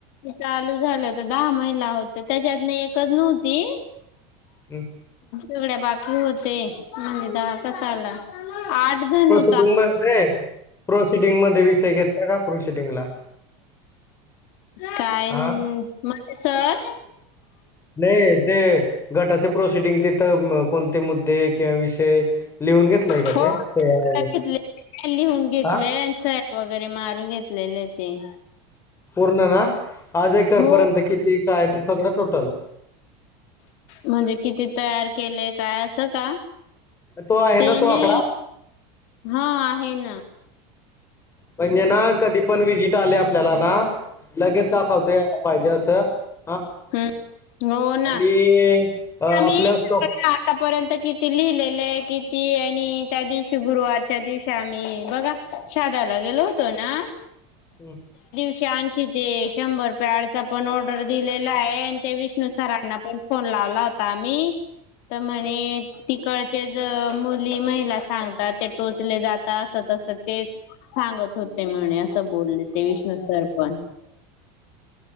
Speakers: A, on the left; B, on the left.
A: चालू झालं होत दहा महिला होत त्याच्यातन एकच नव्हती.
B: हम्
A: सगळ्या बाकी होते म्हणजे दहा कसाला आठ जण हो
B: म रे प्रोसिडिंग मध्ये विषय घेतला का प्रोसिडिंगला
A: काय
B: हा
A: म्ह सर
B: नाही ते गटाच प्रोसिडिंग तिथं कोणते मुद्दे किंवा विषय लिहून घेतलाय का
A: हो
B: ते सह्या
A: घेतलं
B: वगैरे
A: घेतलं लिहून घेतलय
B: हा
A: आणि सह्या वगैरे मारून घेतलेले ते
B: ना आज एकर
A: हो
B: पर्यंत किती काय ते सगळं टोटल
A: म्हणजे किती तयार केले काय असं का
B: तो आहे
A: ते
B: ना तो आकडा
A: नाही हा आहे ना
B: म्हणजे ना कधी पण विजिट आले आपल्याला ना लगेच दाखवता यायला पाहिजे असं च
A: हम् हो ना
B: आणि अ, आपल्या
A: आम्ही
B: स्टॉक
A: आतापर्यंत किती लिहिलेलं आहे किती आणि त्या दिवशी गुरुवारच्या दिवशी आम्ही बघा शोधायला गेलो होतो ना
B: हम्
A: श आणखी ते शंभर पॅडचा पण ऑर्डर दि आहे आणि ते विष्णू सरांना पण फोन लावला होता आम्ही तर म्हणे तिकडचेच मुली महिला सांगतात ते टोचले जातं अस तस ते सांगत होते म्हणे असं बोलले ते विष्णू सर पण